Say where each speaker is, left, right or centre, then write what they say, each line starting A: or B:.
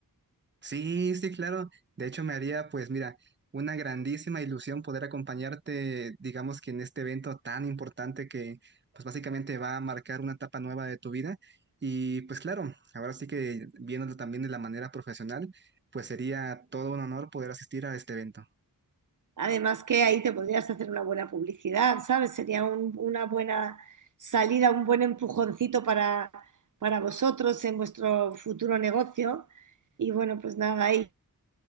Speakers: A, on the right; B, on the right.
A: Sí, sí, claro. De hecho, me haría, pues mira, una grandísima ilusión poder acompañarte, digamos que en este evento tan importante que, pues básicamente va a marcar una etapa nueva de tu vida. Y pues claro, ahora sí que viéndolo también de la manera profesional, pues sería todo un honor poder asistir a este evento.
B: Además que ahí te podrías hacer una buena publicidad, ¿sabes? Sería un- una buena salida, un buen empujoncito para, para vosotros en vuestro futuro negocio. Y bueno, pues nada, ahí